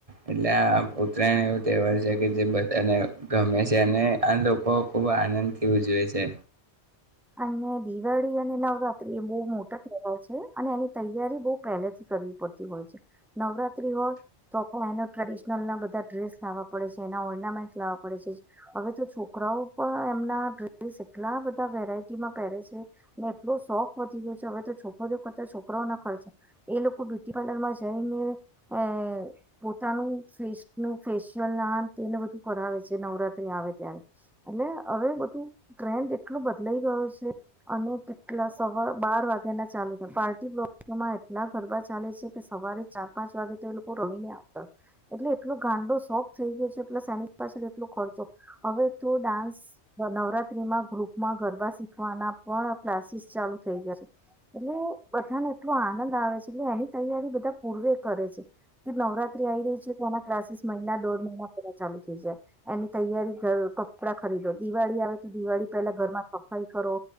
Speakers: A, on the right; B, in the centre.
A: એટલે આ ઉત્તરાયણ એવો તહેવાર છે કે જે બધાને ગમે છે અને આ લોકો ખૂબ આનંદથી ઉજવે છે
B: અમને દીવાળી અને નવ ટ્રી એ બો મોટા તહેવાર છે. અને એની તૈયારી બો પહેલેથી કરવી પડતી હોય છે નવરાત્રી હોય તો પણ એને ટ્રેડિશનલ ના બધા ડ્રેસ લાવવા પડે છે એના ઓર્નામેન્ટ લાવવા પડે છે હવે તો છોકરાઓ પણ એમના ડ્રેસ એટલા બધા વેરાય ટીમાં પહેરે છે ને એટલો શોખ વધી ગયો છે હવે તો છોકરી કરતા છોકરાઓ ના ખર્ચા એ લોકો બ્યુટી પાર્લરમાં જઈને એ પોતાનું ફેસનુ ફેશિયલ ના તેને બધું કરાવે છે નવરાત્રી આવે ત્યારે એટલે હવે બધું ટ્રેન્ડ એટલું બદલાઈ છે અને કેટલા સવા બાર વાગે ના ચાલુ થાય પાર્ટી બ્લોકમાં એટલા ગરબા ચાલે છે કે સવારે ચાર પાંચ વાગે તો એ લોકો રમીને આવતા હો એટલે એટલો ગાંડો શોખ થઈ ગયો છે પ્લસ એની પાછળ એટલો ખર્ચો હવે તો ડાન્સ નવરાત્રીમાં ગ્રુપમાં ગરબા શીખવાના પણ ક્લાસીસ ચાલુ થઈ ગયા છે એટલે બધાને એટલો આનંદ આવે છે એટલે એની તૈયારી બધા પૂર્વે કરે છે કે નવરાત્રી આવી રહી છે તો એના ક્લાસીસ મહિના દોઢ મહિના પેલા ચાલુ થઈ જાય એની તૈયારી કપડાં ખરીદો દિવાળી આવે તો દિવાળી પેલા ઘરમાં સફાઈ કરો